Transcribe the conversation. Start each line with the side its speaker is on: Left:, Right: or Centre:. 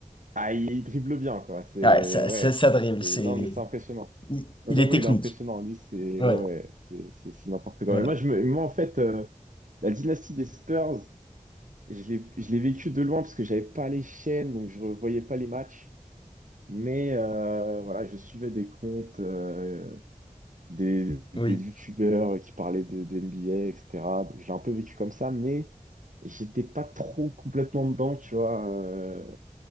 Right: Ah, il dribble bien, quoi. C'est,
Left: Ouais, ça,
Right: ouais,
Left: ça,
Right: c'est,
Left: ça dribble, c'est...
Right: non, mais c'est impressionnant.
Left: Il
Right: Non,
Left: il
Right: J'avoue,
Left: est technique.
Right: il est impressionnant. Lui, c'est
Left: Ouais,
Right: ouais, ouais, c'est c'est- c'est n'importe quoi.
Left: voilà.
Right: Mais moi, je me... moi, en fait, euh, la dynastie des Spurs, je l'ai je l'ai vécue de loin parce que j'avais pas les chaînes, donc je revoyais pas les matchs. Mais euh, voilà, je suivais des comptes, euh, des, des
Left: Oui,
Right: youtubeurs qui parlaient de, de NBA, etc. Donc, je l'ai un peu vécu comme ça, mais j'étais pas trop complètement dedans, tu vois. euh,